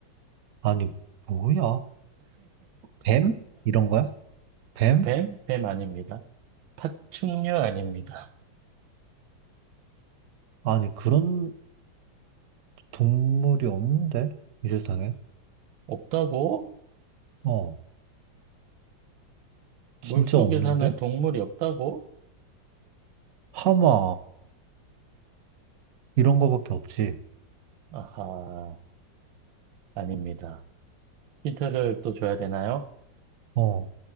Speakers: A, on the right; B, on the right.
A: 아니, 뭐야? 뱀? 이런 거야? 뱀?
B: 뱀? 뱀 아닙니다. 파충류 아닙니다.
A: 아니, 그런 동물이 없는데? 이 세상에?
B: 없다고?
A: 어, 진짜
B: 물속에
A: 없는데?
B: 사는 동물이 없다고?
A: 하마, 이런 거밖에 없지.
B: 아하, 아닙니다. 힌트를 또 줘야 되나요?
A: 어,